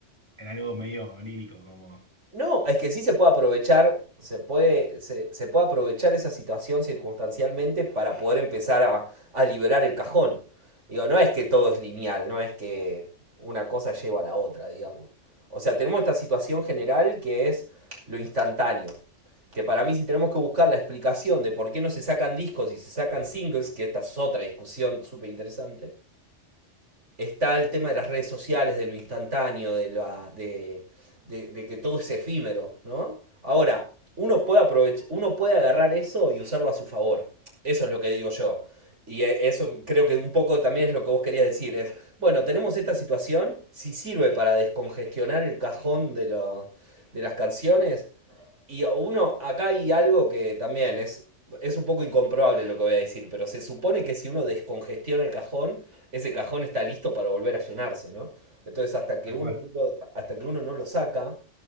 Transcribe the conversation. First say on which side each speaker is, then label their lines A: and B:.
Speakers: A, on the right; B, on the right.
A: en algo medio onírico, como
B: No, es que sí se puede aprovechar, se puede, se, se puede aprovechar esa situación circunstancialmente para poder empezar a, a liberar el cajón. Digo, no es que todo es lineal, no es que una cosa lleva a la otra, digamos. O sea, tenemos esta situación general que es lo instantáneo. Que para mí si tenemos que buscar la explicación de por qué no se sacan discos y se sacan singles, que esta es otra discusión súper interesante, está el tema de las redes sociales, de lo instantáneo, de, la, de, de, de que todo es efímero, ¿no? Ahora, uno puede aprovechar, uno puede agarrar eso y usarlo a su favor. Eso es lo que digo yo. Y eh, eso creo que un poco también es lo que vos querías decir. Es, bueno, tenemos esta situación, si sirve para descongestionar el cajón de, lo- de las canciones, y uno, acá hay algo que también es, es un poco incomprobable lo que voy a decir, pero se supone que si uno descongestiona el cajón, ese cajón está listo para volver a llenarse, ¿no? Entonces, hasta que
A: tal
B: uno
A: cual.
B: no lo, hasta que uno no lo saca,